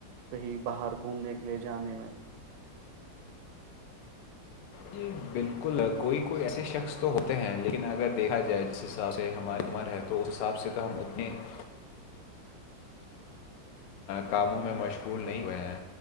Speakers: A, on the right; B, on the left.
A: کہیں باہر گھومنے کے لیے جانے میں
B: جی بالکل کوئی کوئی ایسے شخص تو ہوتے ہیں لیکن اگر دیکھا جائے جسے حساب سے ہماری عمر ہے تو اس حساب سے تو ہم اتنے <unintelligible> کاموں میں مشغول نہیں ہوئے ہیں